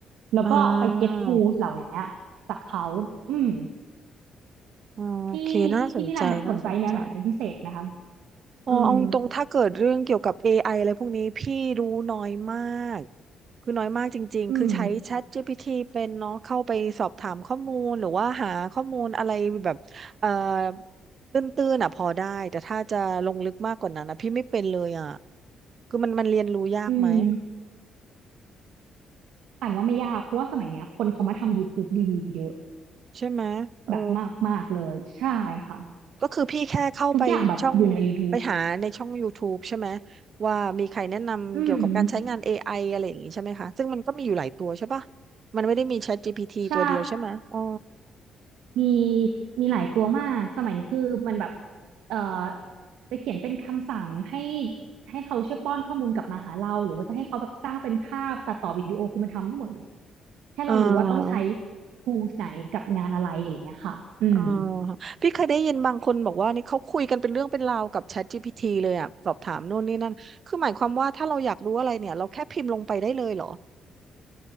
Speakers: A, on the right; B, on the right.
A: แล้วก็ไป
B: อ่า
A: get tools เหล่าเนี้ยจากเขาอืม
B: โอเคน่าสนใจน่าสนใจ
A: พี่พี่มิลันแบบสนใจแนวไหนเป็นพิเศษนะคะ
B: อ๋อเอาตรงๆถ้าเกิดเรื่องเกี่ยวกับ
A: อืม
B: AI อไออะไรพวกนี้พี่รู้น้อยมากคือน้อยมากจริงๆคือใช้
A: อืม
B: ChatGPT เป็นเนาะเข้าไปสอบถามข้อมูลหรือว่าหาข้อมูลอะไรแบบเอ่อตื้นๆอ่ะพอได้แต่ถ้าจะลงลึกมากกว่านั้นนะพี่ไม่เป็นเลยอ่ะคือมันมันเรียนรู้ยากไหม
A: อืมอ่านว่าไม่ยากเพราะว่าสมัยเนี้ยคนเขามาทำ YouTube รีวิวเยอะ
B: ใช่ไหมเออ
A: แบบมากมากเลยใช่ค่ะ
B: ก็คือพี่แค่เข้าไปช่อง
A: ทุกอย่างแบบอยู่ใน YouTube
B: ไปหาในช่อง YouTube ใช่ไหมว่ามีใครแนะนำเกี่ยวกับการใช้งาน
A: อืม
B: AI อไออะไรอย่างงี้ใช่ไหมคะซึ่งมันก็มีอยู่หลายตัวใช่ปะมันไม่ได้มี ChatGPT
A: ใช่
B: ตัวเดียวใช่ไหมอ๋อ
A: มีมีหลายตัวมาก สมัยนี้คือมันแบบเอ่อจะเขียนเป็นคำสั่งให้ให้เขาช่วยป้อนข้อมูลกลับมาหาเราหรือว่าจะให้เขาแบบสร้างเป็นภาพตัดต่อวิดีโอคือมันทำได้หมดเลยแค่เรารู้ว่าต้องใช้
B: อ่า
A: tools ไหนกับงานอะไรอย่างเงี้ยค่ะอืม
B: อ่าพี่เคยได้ยินบางคนบอกว่านี่เขาคุยกันเป็นเรื่องเป็นราวกับ ChatGPT เลยอ่ะสอบถามโน่นนี่นั่นคือหมายความว่าถ้าเราอยากรู้อะไรเนี่ยเราแค่พิมพ์ลงไปได้เลยเหรอ